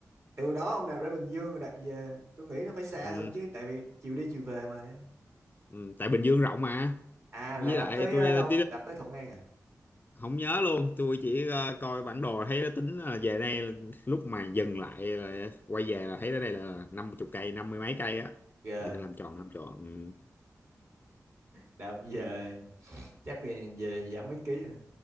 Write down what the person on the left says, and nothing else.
ừ.
Ừ. tại Bình Dương rộng mà
với
lại
tôi
đây
không nhớ luôn tôi chỉ ờ, coi bản đồ thấy nó tính là về đây lúc mà dừng lại là quay về là thấy tới đây là năm chục cây năm mươi mấy cây á
thì tôi làm tròn làm tròn ừ.